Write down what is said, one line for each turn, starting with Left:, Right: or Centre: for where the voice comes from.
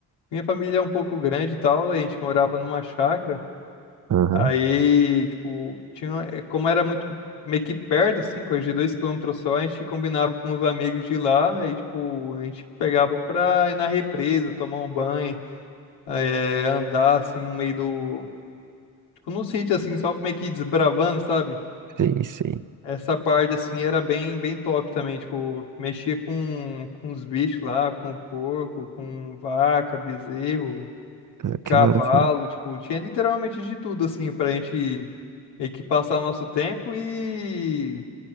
Left: Minha família é um pouco grande e tal. A gente morava numa chácara.
Right: Aham.
Left: Aí, tipo, tinha. é, Como era muito meio que perto, assim, coisa de dois quilômetros só, a gente combinava com os amigos de lá. Aí, tipo, a gente pegava pra ir na represa, tomar um banho, é, andar, assim, no meio do. Tipo, no sítio, assim, só meio que desbravando, sabe?
Right: Sim, sim.
Left: Essa parte, assim, era bem, bem top também, tipo, mexia com, com os bichos lá, com o porco, com vaca, bezerro,
Right: É,
Left: cavalo,
Right: Que maravilha.
Left: tipo, tinha literalmente de tudo, assim, pra gente meio que passar o nosso tempo e